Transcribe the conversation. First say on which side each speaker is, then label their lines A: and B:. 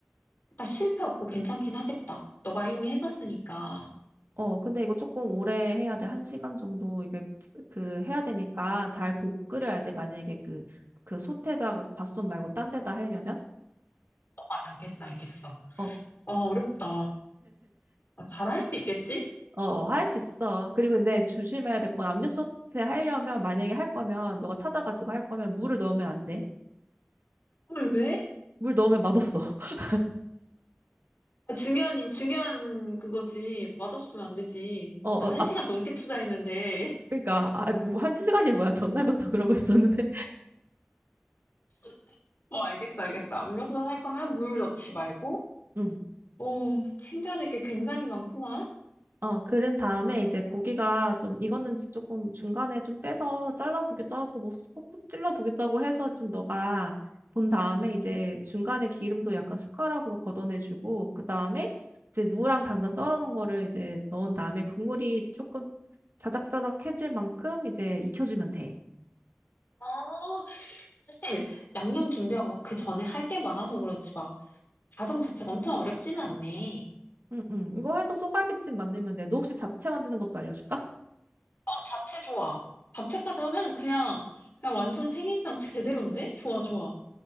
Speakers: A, on the left; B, on the right.
A: 약간 실패 없고 괜찮긴 하겠다. 너가 이미 해봤으니까.
B: 어, 근데 이거 조금 오래 해야 돼. 한 시간 정도 이게 그 해야 되니까 잘 보고 끓여야 돼. 만약에 그, 그 솥에다가, 밥솥 말고 딴 데다 하려면?
A: 어, 알겠어, 알겠어.
B: 어,
A: 아, 어렵다. 아, 잘할 수 있겠지?
B: 어, 할 수 있어. 그리고 근데 조심해야 될 건 압력 소태 하려면 만약에 할 거면 너가 찾아가지고 할 거면 물을 넣으면 안 돼.
A: 헐, 왜?
B: 물 넣으면 맛없어. <laughs>
A: 아, 중요한, 인- 중요한 그거지. 맛없으면 안 되지.
B: 어,
A: 나 한
B: 어, 아,
A: 시간 넘게 투자했는데.
B: 그러니까 아, 뭐 한 시간이 뭐야? 전날부터 <laughs> 그러고 있었는데.
A: <laughs> 뭐, 알겠어, 알겠어. 압력솥 할 거면 물 넣지 말고.
B: 응.
A: 오, 챙겨야 될 게 굉장히 많구만.
B: 어, 그런 다음에 이제 고기가 좀 익었는지 조금 중간에 좀 빼서 잘라보기도 하고 뭐 푹푹 찔러보기도 하고 해서 좀 너가 본 다음에 이제 중간에 기름도 약간 숟가락으로 걷어내주고 그 다음에 이제 무랑 당근 썰어놓은 거를 이제 넣은 다음에 국물이 조금 자작자작해질 만큼 이제 익혀주면 돼.
A: 아, 사실 양념 준비하고 막 그 전에 할 게 많아서 그렇지 막 과정 자체가 엄청 어렵지는 않네.
B: 응, 응. 이거 해서 소갈비찜 만들면 돼. 너 혹시 잡채 만드는 것도 알려줄까?
A: 어, 잡채 좋아. 잡채까지 하면 그냥 그냥 완전 생일상 제대로인데? 좋아, 좋아.